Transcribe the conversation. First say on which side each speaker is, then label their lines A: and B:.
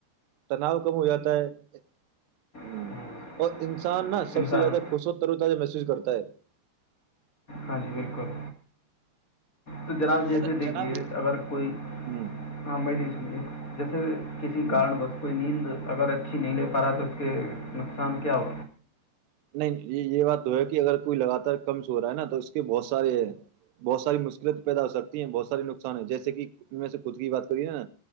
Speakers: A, on the right (about 80°); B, on the left (about 25°).
A: تناؤ کم ہو جاتا ہے ہو
B: ہوں،
A: اور انسان نا سب
B: انسان
A: سے زیادہ خوش وترتاجا محسوس کرتا ب ہے <unintelligible>
B: ہاں جی بالکل تو جناب جیسے
A: ج
B: دیکھیے
A: جناب
B: اگر کوئی
A: ہ
B: ہاں میں نہیں سج جیسے کسی
A: ہ
B: کارن بس کوئی نیند اگر اچھی نہیں لے پا رہا تو اس کے نقصان کیا ہو
A: نہیں یہ بات تو ہے کہ اگر کوئی لگاتار کم سو رہا ہے نا تو اس کے بہت سارے ہیں بہت ساری مشکلت پیدا ہو سکتی ہیں بہت سے نقصان ہے جیسےکے ہم ان میں سے خود کی بات کری ن نا